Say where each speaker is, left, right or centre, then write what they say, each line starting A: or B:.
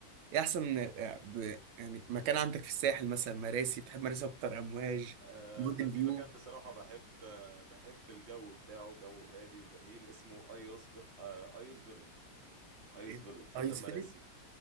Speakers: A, on the right; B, on the right.
A: ايه احسن آه، ب- يعني مكان عندك في الساحل مثلا مراسي بتحب مراسي اكتر امواج
B: آه،
A: موديل
B: انا في
A: فيو
B: مكان بصراحه بحب آه، بحب الجو بتاعه جو هادي وجميل اسمه ايوس ب... آه، ايوس فيليج ايوس
A: ايه ده
B: فيليج
A: ايس
B: قدام مراسي
A: فيلم